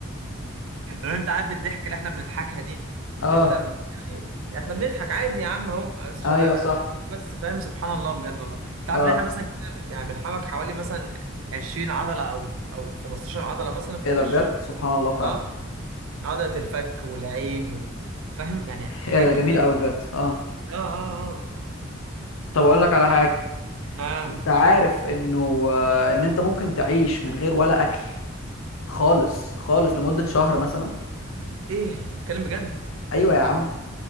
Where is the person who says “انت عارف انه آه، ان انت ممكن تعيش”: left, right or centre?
Left